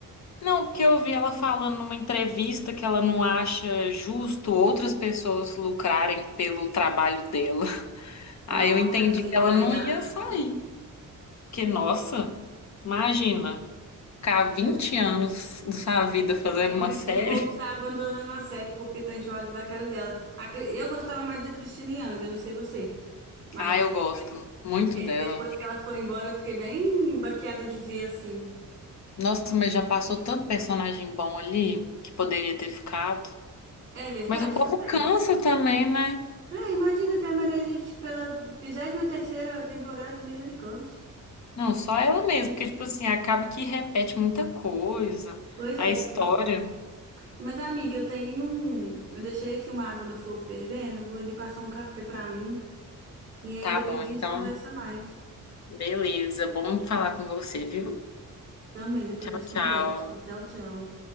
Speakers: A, on the left (about 55°); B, on the right (about 35°).
A: Não, porque eu vi ela falando numa entrevista que ela não acha justo outras pessoas lucrarem pelo trabalho dela. <laughs> Aí
B: Nossa,
A: eu entendi
B: isso
A: que
B: aí
A: ela
B: já é
A: não
B: ganância.
A: ia sair. Porque, nossa, imagina, ficar 20
B: É
A: anos da sua vida fazendo
B: é por
A: uma
B: isso
A: série.
B: que o povo tá
A: <laughs>
B: abandonando a série, porque tá enjoada da cara dela. A Cri- Eu gostava mais da Christine Yang, eu não sei você. Mas
A: Ah, eu gosto muito
B: eh,
A: dela.
B: depois que ela foi embora, eu fiquei bem baqueada de ver assim.
A: Nossa, mas já passou tanto personagem bom ali que poderia ter ficado.
B: É verdade
A: Mas o povo
B: também.
A: cansa também, né?
B: É, imagina ver a Meredith pela 23 terceira temporada, misericórdia.
A: Não, só ela mesmo, porque, tipo assim, acaba que repete muita coisa,
B: Pois é.
A: a história.
B: Mas, amiga, eu tenho um. Eu deixei aqui uma água no fogo fervendo. Eu vou ali passar um café pra mim. E aí
A: Tá
B: depois
A: bom,
B: a
A: então.
B: gente conversa mais.
A: Beleza. Bom falar com você, viu?
B: Também, depois
A: Tchau,
B: nós conversa.
A: tchau.
B: Tchau, tchau.